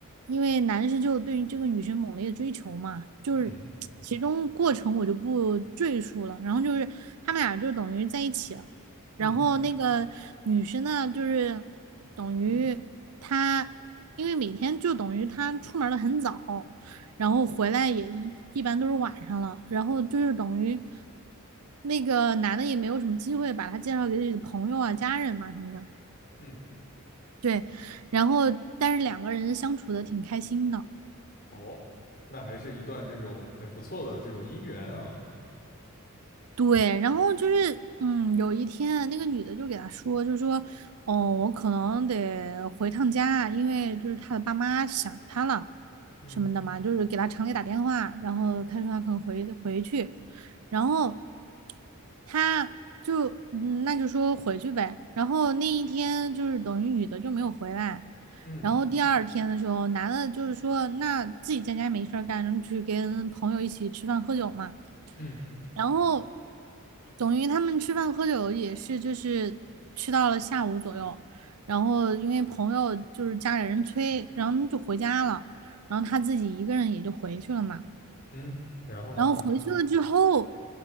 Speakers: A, on the right; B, on the left.
A: 因为男生就对于这个女生猛烈的追求嘛，就是其中过程我就不赘述了，
B: 嗯
A: 然后就是他们俩就等于在一起了，
B: 嗯
A: 然后那个女生呢，就是等于她，因为每天就等于她出门的很早。然后回来也一一般都是晚上了，然后就是等于那个男的也没有什么机会把她介绍给自己的朋友啊、家人嘛什么的。
B: 嗯，
A: 对，然后但是两个人相处的挺开心的。
B: 哦，那还是一段这种那不错的这种姻缘啊。
A: 对，然后就是，嗯，有一天那个女的就给他说，就说，哦，我可能得回趟家，因为就是他的爸妈想他了，
B: 嗯
A: 什么的嘛，就是给他厂里打电话，然后他说他可能回回去，然后他就，嗯那就说回去呗，然后那一天就是等于女的就没有回来，
B: 嗯
A: 然后第二天的时候，男的就是说，那自己在家没事儿干，然后去跟朋友一起吃饭喝酒嘛。
B: 嗯
A: 然后等于他们吃饭喝酒也是就是吃到了下午左右，然后因为朋友就是家里人催，然后他们就回家了，然后他自己一个人也就回去了嘛。
B: 嗯，然后呢？
A: 然后回去了之后，